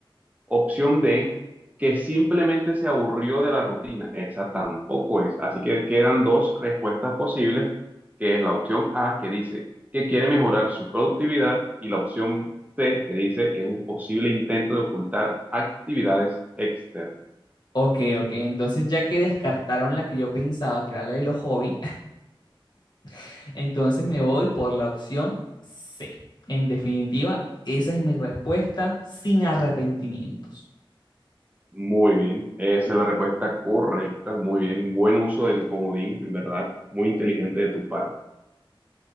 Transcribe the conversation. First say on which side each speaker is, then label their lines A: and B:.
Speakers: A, on the right; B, on the left.
A: Opción D, que simplemente se aburrió de la rutina. Esa tampoco es. Así que quedan dos respuestas posibles, que es la opción A, que dice que quiere mejorar su productividad, y la opción C, que dice que es un posible intento de ocultar actividades externas.
B: Ok, ok, entonces ya que descartaron la que yo pensaba, que era la de los hobbies, <laughs> entonces me voy por la opción C. En definitiva, esa es mi respuesta sin arrepentimientos.
A: Muy bien, esa es la respuesta correcta. Muy bien, buen uso del comodín, en verdad, muy inteligente de tu parte.